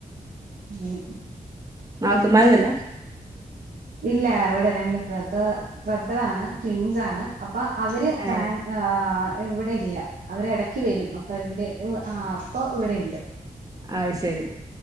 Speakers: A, on the right; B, on the right.
A: അങ്ങനെ
B: നാത്തൂന്മാരൊന്നും ഇല്ല
A: ഇല്ല ഇവിടെ രണ്ട് ബ്രദ ബ്രദറാണ് ട്വിൻസാണ് അപ്പൊ അവര്
B: ഏ
A: ബാങ് അഹ് ഇവിടെ ഇല്ല അവര് എടക്ക് വരും അപ്പൊ ഇവര് ആ അപ്പൊ ഇവിടെ ഇണ്ട്
B: അഹ് ശരി